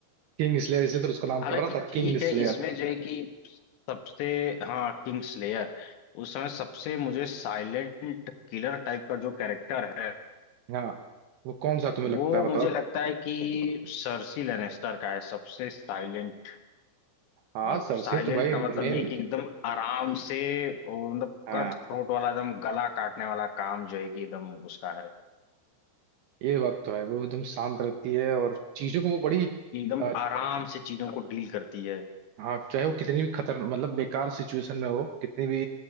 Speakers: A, on the right (about 70°); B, on the left (about 70°).
A: किंग स्लेयर इसलिए तो उसका नाम
B: हालांकि
A: पड़ रहा था
B: ठीक
A: किंग
B: है
A: स्लेयर
B: इसमें जो है कि सबसे हाँ किंग्स लेयर उस समय सबसे मुझे साइलेंट किलर टाइप का जो कैरेक्टर है
A: हाँ वो कौन सा तुम्हें
B: वो
A: लगता है
B: मुझे
A: बताओ
B: लगता है कि सर्सी लेनेस्टर का है सबसे साइलेंट
A: हाँ
B: और
A: सरसे
B: साइलेंट
A: तो भाई
B: का
A: मेन
B: मतलब ये कि एकदम आराम से और मतलब
A: हाँ
B: कट थ्रोट वाला एकदम गला काटने वाला काम जो है कि एकदम उसका है
A: ये बात तो है वो एकदम शांत रहती है और चीजों को वो बड़ी
B: कि एकदम
A: अ,
B: आराम से चीजों को डील करती है
A: हाँ चाहे वो कितनी भी खतर मतलब बेकार सिचुएशन में हो कितनी भी